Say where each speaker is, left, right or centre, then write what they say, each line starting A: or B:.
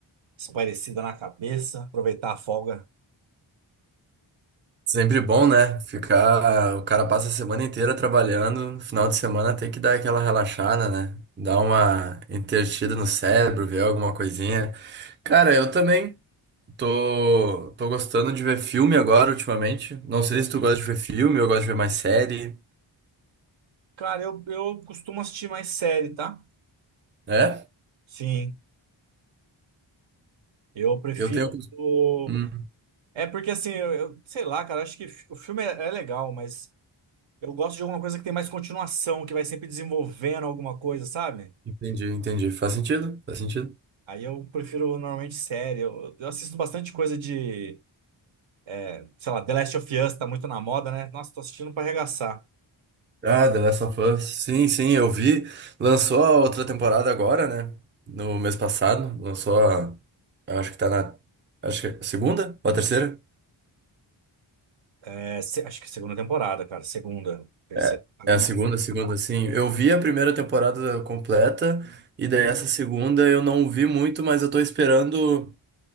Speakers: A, on the right (about 70°); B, on the right (about 25°).
A: espairecida na cabeça, aproveitar a folga.
B: Sempre bom, né? Ficar. O cara passa a semana inteira trabalhando, no final de semana tem que dar aquela relaxada, né? Dar uma entretida no cérebro, ver alguma coisinha. Cara, eu também tô, tô gostando de ver filme agora, ultimamente. Não sei se tu gosta de ver filme, eu gosto de ver mais série.
A: Cara, eu, eu costumo assistir mais série, tá?
B: É?
A: Sim, eu prefiro
B: Eu tenho.
A: o...
B: Hum,
A: É porque assim, eu, eu- sei lá, cara, acho que fi- o filme é, é legal, mas eu gosto de alguma coisa que tem mais continuação, que vai sempre desenvolvendo alguma coisa, sabe?
B: entendi, entendi. Faz sentido? Faz sentido.
A: Aí eu prefiro normalmente série. Eu, eu assisto bastante coisa de, é, sei lá, The Last of Us tá muito na moda, né? Nossa, tô assistindo pra arregaçar.
B: Ah, The Last of Us. Sim, sim, eu vi. Lançou a outra temporada agora, né? No mês passado. Lançou a. Acho que tá na. Acho que é a segunda ou a terceira?
A: É, se- acho que é a segunda temporada, cara. Segunda, terceira.
B: É,
A: ainda
B: é a
A: não.
B: segunda, segunda, sim. Eu vi a primeira temporada completa, e daí essa segunda eu não vi muito, mas eu tô esperando